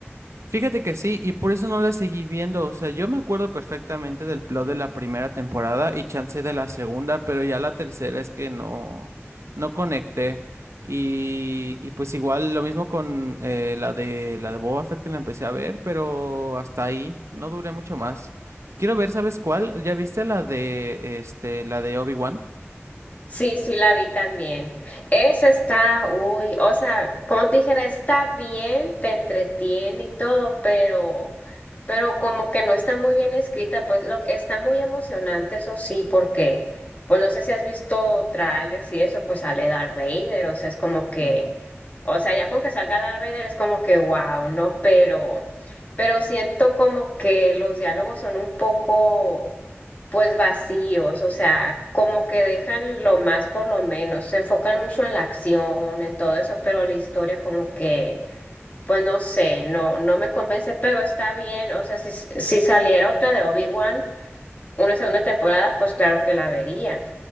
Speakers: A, on the right; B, on the left.
A: Fíjate que sí, y por eso no la seguí viendo. O sea, yo me acuerdo perfectamente del plot de la primera temporada y chance de la segunda, pero ya la tercera es que no, no conecté. Y, y pues igual lo mismo con eh, la de la de Boba Fett que la empecé a ver, pero hasta ahí, no duré mucho más. Quiero ver, ¿sabes cuál? ¿Ya viste la de este, la de Obi-Wan?
B: Sí, sí, la vi también. Esa está, uy, o sea, como te dijera, está bien, te entretiene y todo, pero, pero como que no está muy bien escrita, pues lo, está muy emocionante, eso sí, porque, pues no sé si has visto trailers y eso, pues sale Darth Vader, o sea, es como que,
A: Ujú.
B: o sea, ya con que salga Darth Vader es como que, wow, ¿no? Pero, pero siento como que los diálogos son un poco pues vacíos, o sea, como que dejan lo más por lo menos, se enfocan mucho en la acción, en todo eso, pero la historia como que, pues no sé, no, no me convence, pero está bien, o sea, si, si saliera otra de Obi-Wan, una segunda temporada, pues claro que la vería.